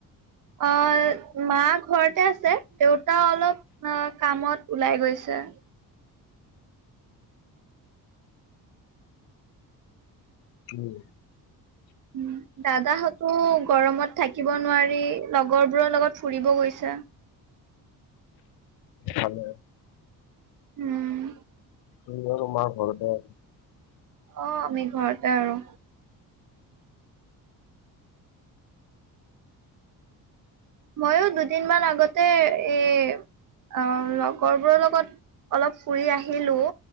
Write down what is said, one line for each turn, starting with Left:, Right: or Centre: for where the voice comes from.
Right: অ্' মা ঘৰতে আছে, দেউতা অলপ এ্ কামত ওলাই গৈছে।
Left: উম।
Right: উম, দাদাহতো গৰমত থাকিব নোৱাৰি লগৰবোৰৰ লগত ফুৰিব গৈছে।
Left: ভালে।
Right: উম্।
Left: তুমি আৰু মা ঘৰতে?
Right: অ্ আমি ঘৰতে আৰু। মইয়ো দুদিনমান আগতে এই অ লগৰবোৰৰ লগত অলপ ফুৰি আহিলো,